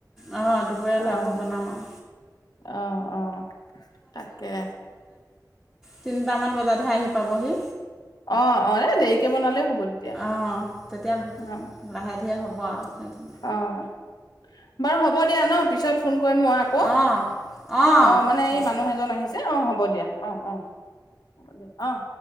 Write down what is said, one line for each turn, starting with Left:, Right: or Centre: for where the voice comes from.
Centre: অ দুপৰীয়ালৈ
Left: অ',
Centre: আকৌ বনাম আউ
Left: অ অ তাকে
Centre: তিনটামান বজাতহে আহি পাবহি
Left: অ অ এ দেৰিকে বনালেও হ'ব তেতিয়া
Centre: অ তেতিয়া
Left: অ',
Centre: লাহে ধীয়ে হ'ব। ব আউ সেইখিন
Left: অ'। বাৰু হ'ব দিয়া ন পিছত ফোন কৰিম মই আকৌ
Centre: অঁ অঁ
Left: অ মানে
Centre: হ'ব
Left: এই
Centre: দিয়ক
Left: মানুহ এজন আহিছে। কি নহব হ'ব দিয়া অ অ হ'ব দিয়া অ